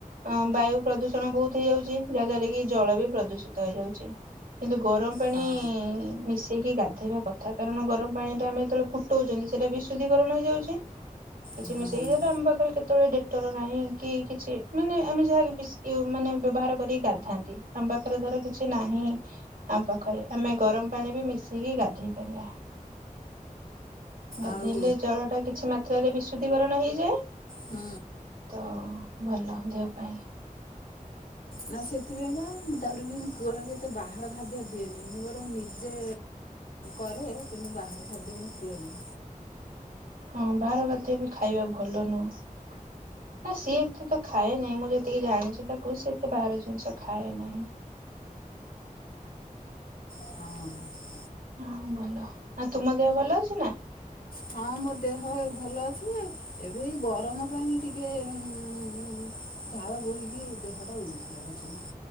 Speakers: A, on the right; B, on the left.
A: ଅଁ ବାୟୁ ପ୍ରଦୂଷଣ ବହୁତ୍। ହେଇଯାଉଚି। ଯାହାଦ୍ୱାରା କି ଜଳ ବି ପ୍ରଦୂଷିତ ହେଇଯାଉଚି। କିନ୍ତୁ ଗରମ ପାଣି
B: ହଁ
A: ମିଶି ଶେଇକି ଗାଧେଇବା କଥା କାରଣ ଗରମ ପାଣି ଟା ଆମେ ଯେତେବେଳେ ଫୁଟଉଚନ୍ତି ସେଇଟା ବି ଶୁଦ୍ଧିକରଣ ହେଇଯାଉଚି। କିଛି
B: ହୁଁ
A: ମିଶେଇଲେ ତ ଆମ୍ ପାଖରେ କେତ୍ କେତବେଳେ ଡେଟଲ ନାହିଁ କି କିଛି ମାନେ ଆମେ ଯାହାକି ବିଶ୍ ୟୁ ମାନେ ବ୍ୟବହାର କରିକି ଗାଧାନ୍ତି। ଆମ ପାଖରେ ଧର କିଛି ନାହିଁ। ଆମ ପାଖରେ ଆମେ ଗରମ ପାଣି ବି ମିଶିକି ଗାଧେଇ ପାରିବା। ଗାଧେଇଲେ
B: ଆଉ
A: ଜଳ ଟା କିଛି ମାତ୍ରାରେ ବିଶୁଦ୍ଧିକରଣ ହେଇଯାଏ।
B: ହୁଁ।
A: ତ ଭଲ ଦେହ ପାଇଁ।
B: ନା ସେଥିପାଇଁ ବା ମୁଁ ତାପରେ ବି ମୁଁ ପୁଅ ଟାକୁ ଏତେ ବାହାର ଖାଦ୍ୟ ଦିଏନି। ବରଂ ନିଜେ କରେ କିନ୍ତୁ ବାହାର ଖାଦ୍ୟ ମୁଁ ଖୁଏନି।
A: ହଁ ବାହାର ଖାଦ୍ୟ ବି ଖାଇବା ଭଲ ନୁହଁ। ନା ସିଏ ଏତେ ତ ଖାଏ ନାହିଁ ମୁଁ ଯେତିକି ଜାଣିଛି ତାକୁ ସିଏ ଏତେ ବାହାର ଜିନିଷ ଖାଏ ନାହିଁ।
B: ହଁ।
A: ହଁ ଭଲ। ଆଉ ତୁମ ଦେହ ଭଲ ଅଛି ନା?
B: ହଁ ମୋ ଦେହ ଏ ଭଲ ଅଛି ଯେ ଏବେ ଏଇ ଗରମ ପାଇଁ ଟିକେ ଉଁ ଉଁ ଝାଳ ବୋହିକି ଦେହଟା ଉଇକି ଲାଗୁଚି।